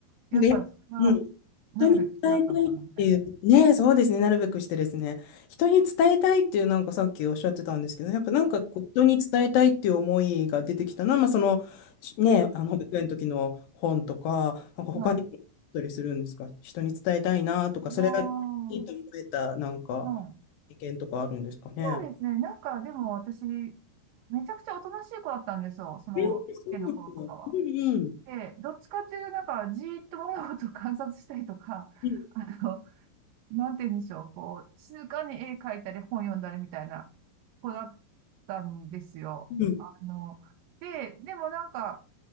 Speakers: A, on the right; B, on the left.
A: やっぱりそれが、
B: なんかいうん。
A: なるべくなったのかなみたいな。
B: 人に伝えたいっていう、ね、そうですね、なるべくしてですね、人に伝えたいっていう、なんかさっきおっしゃってたんですけど、やっぱなんかこう人に伝えたいっていう思いが出てきたのは、まあ、その、しね、あの保育園の時の本とか、なんか他にもあったりするんですか、
A: はい。
B: 人に伝えたいなとか、
A: あ
B: それがいいと思えた、なんか、
A: あ、はい。
B: 意見とかあるんですかね。
A: そうですね。なんか、でも私、めちゃくちゃおとなしい子だったんですよ。その、
B: えー、
A: 保育園の頃とかは。
B: そうなんだ。うんうん。
A: で、どっちかっていうと、なんか、じーっと物事を観察したりとか、
B: うん
A: <laughs> あの、なんて言うんでしょう、こう、静かに絵描いたり本読んだりみたいな子だったんですよ。
B: うん。うん。うん。
A: あの、で、でもなんか、